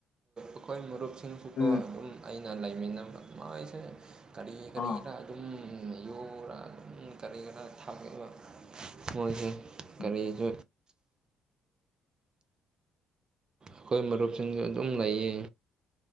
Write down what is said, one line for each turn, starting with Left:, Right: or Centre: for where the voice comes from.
Right: ꯑꯈꯣꯏ ꯃꯔꯨꯞꯁꯤꯡꯁꯨꯀꯣ
Left: ꯎꯝ
Right: ꯑꯗꯨꯝ ꯑꯩꯅ ꯂꯩꯃꯤꯟꯅꯕ ꯃꯥꯏꯁꯦ ꯀꯔꯤ
Left: ꯑꯥ
Right: ꯀꯔꯤꯔ ꯑꯗꯨꯝ ꯌꯨꯔ ꯑꯗꯨꯝ ꯀꯔꯤ ꯈꯔ ꯊꯛꯂꯕ ꯃꯣꯏꯁꯦ
Left: ꯎꯝ
Right: ꯀꯔꯤꯁꯨ ꯑꯈꯣꯏ ꯃꯔꯨꯞꯁꯤꯡꯁꯨ ꯑꯗꯨꯝ ꯂꯩꯌꯦ